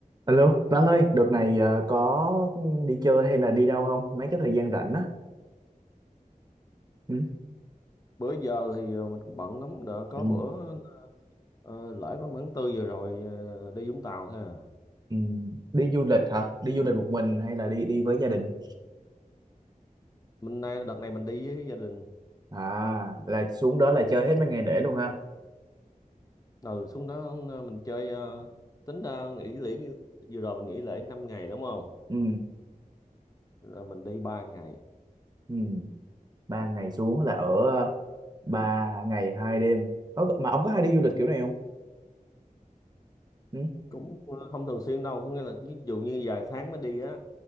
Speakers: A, on the right; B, on the left.
A: Alo, Văn ơi, đợt này ờ, có đi chơi hay là đi đâu không? Mấy cái thời gian rảnh á. Ừ.
B: bữa giờ thì ờ, mình cũng bận lắm đã có
A: Ừ.
B: bữa ờ, lễ ba mươi tháng tư vừa rồi ờ, đi Vũng Tàu thôi à
A: Ừ. Đi du lịch hả? Đi du lịch một mình hay là đi đi với gia đình?
B: mình nay đợt này mình đi với gia đình
A: À, là xuống đó là chơi hết mấy ngày lễ luôn ha.
B: ừ xuống đó ờ, mình chơi ờ, tính ra nghỉ lễ vừa rồi mình nghỉ lễ năm ngày đúng không
A: Ừ.
B: Là mình đi ba ngày
A: Ừ. Ba ngày xuống là ở ờ, ba ngày hai đêm. Ơ, mà ông có hay đi du lịch kiểu này không? Ừ.
B: cũng ờ, không thường xuyên đâu có nghĩa là ví dụ như vài tháng mới đi á